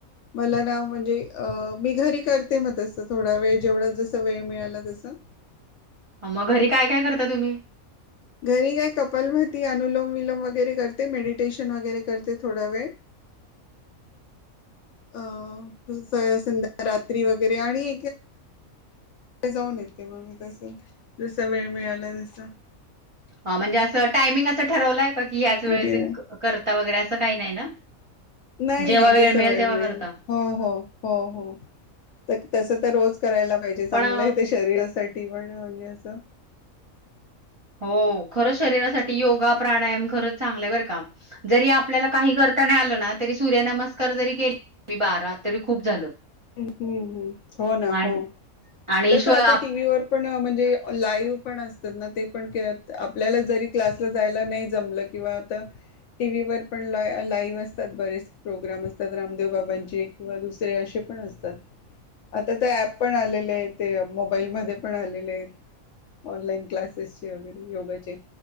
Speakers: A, on the left; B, on the right.
A: मला ना म्हणजे अ मी घरी करते मग तस थोडा वेळ जेवढा जस वेळ मिळाला तसं.
B: मग घरी काय काय करता तुम्ही?
A: घरी काय कपाल भारती अनुलोम विलोम वगैरे करते मेडिटेशन वगैरे करते थोडा वेळ
B: <inaudible>
A: अ स-संध्या रात्री वगैरे आणि जाऊन येते मग मी तसे जसा वेळ मिळाला जसा,
B: अ म्हणजे असं टायमिंग असं ठरवलंय का की याच वेळेस
A: सूर्य
B: करता वगैरे असं काही नाही ना.
A: नाय
B: जेव्हा
A: नाय जसा वेळ
B: तेव्हा
A: मिळेल,
B: करता
A: हो हो हो हो तक तस तर रोज करायला पाहिजे चांगलं
B: पण अ,
A: आहे ते शरीरासाठी पण म्हणजे असं
B: हो खरंच शरीरासाठी योगा प्राणायाम खरंच चांगल बरं का जरी आपल्याला काही करता नाही आलं ना तरी सूर्यनमस्कार जरी केले मी बारा तरी खूप झालं.
A: हम हम हम हो ना
B: आणि
A: हो
B: आणि
A: तस
B: स्व आप
A: आता टीव्ही वर पण म्हणजे लाईव्ह पण असतात ना ते पण केअर आपल्याला जरी क्लासला जायला नाय जमलं किंवा आता टीव्ही वर पण ला-लाईव्ह असतात बरेच प्रोग्राम असतात रामदेव बाबांचे किंवा दुसरे अशे पण असतात.
B: <inaudible>
A: आता त ऍप पण आलेलेत. ते मोबाईलमध्ये पण आलेलेत ऑनलाईन क्लासेसचे वगैरे योगाचे